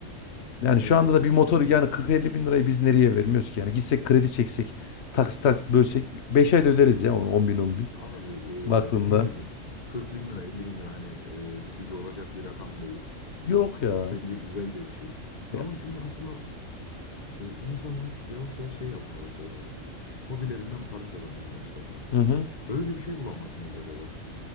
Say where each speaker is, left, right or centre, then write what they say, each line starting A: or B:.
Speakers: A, on the left; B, on the left.
A: Yani
B: Gerçekten
A: şu anda da bir
B: öyle.
A: motoru yani 40-50 bin lirayı biz nereye vermiyoruz ki? Yani gitsek kredi çeksek, taksit taksit bölsek 5 ayda öderiz ya onu 10 bin on bin.
B: Abi
A: Baktığında
B: e, dediğin gibi 40 bin lira 50 bin lira hani e, bizi yoracak bir rakam değil.
A: yok ya.
B: Bence güzel de bir şey.
A: Ya,
B: Ama şimdi aslında e, insanlar yavaş yavaş şey yapmaya başladı abi. Hobilerinden para kazanmaya başladılar.
A: Hı hı.
B: Böyle bir şey bulamaz mıyız acaba?